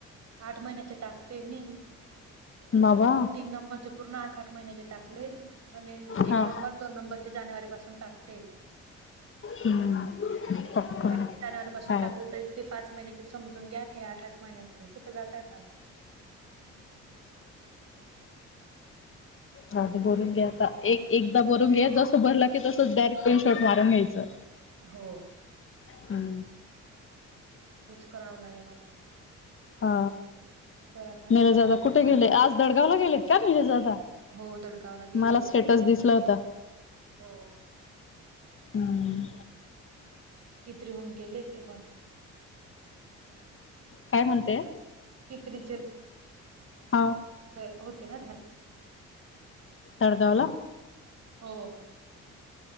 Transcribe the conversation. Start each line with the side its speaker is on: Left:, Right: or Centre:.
Right: आठ महिन्याचे टाकते मी
Left: बाबा
Right: म तीन नंबरचे पूर्ण आठ आठ महिन्याचे टाकले आणि
Left: हा
Right: एक नंबर दोन नंबर जानेवारी पासून टाकते.
Left: हम्म पटकन
Right: ते जानेवारी पासून
Left: काय
Right: टाकलं त ते पाच महिन्याचे समजून घ्या ना हे आठ आठ महिन्याचे कुठ जाताय माझ
Left: हा ते बघुन घ्या आता एक एक ता भरून घे जसं भरलं की तसच डारेक्ट स्क्रीन शॉर्ट मारून घ्यायचं.
Right: हो.
Left: हम्म.
Right: तेच करावं लागेल आता
Left: हा
Right: सरांना सांगायचंय
Left: नरश दादा कुठ
Right: मला
Left: गेले आज दडगावला गेलेत का नरजदादा
Right: हो दडगावला गेले
Left: मला स्टेटस दिसला होता.
Right: हो
Left: हम्म
Right: किती राहून गेले ते कॉल
Left: काय म्हणते
Right: कित्रीचल
Left: हा
Right: हो होतेे राउद्या नाय
Left: तडगावला
Right: हो